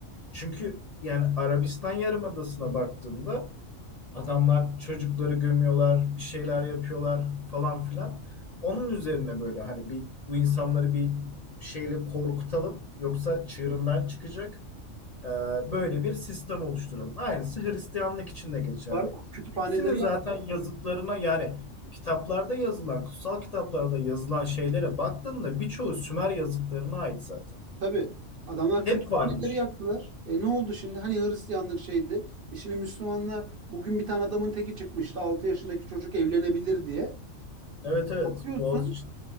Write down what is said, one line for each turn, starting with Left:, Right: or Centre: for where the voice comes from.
Left: Çünkü yani Arabistan Yarımadası'na baktığında Adamlar çocukları gömüyorlar, bir şeyler yapıyorlar falan filan. Onun üzerine böyle hani bir bu insanları bir şeyle korkutalım yoksa çığırından çıkacak. Ee, böyle bir sistem oluşturalım. Aynısı Hristiyanlık için de geçerli.
Right: var. Kütüphaneleri
Left: Hepsinin zaten
Right: yaktı.
Left: yazıtlarına yani kitaplarda yazılan, kutsal kitaplarda yazılan şeylere baktığında birçoğu Sümer yazıtlarına ait zaten.
Right: Tabii adamlar
Left: Hep
Right: kütüphaneleri
Left: varmış.
Right: yaktılar. E ne oldu şimdi? Hani Hristiyanlık şeydi. E şimdi Müslümanla bugün bir tane adamın teki çıkmıştı. 6 yaşındaki çocuk evlenebilir diye.
Left: Evet evet
Right: Bakıyorsun
Left: Boğaziçi.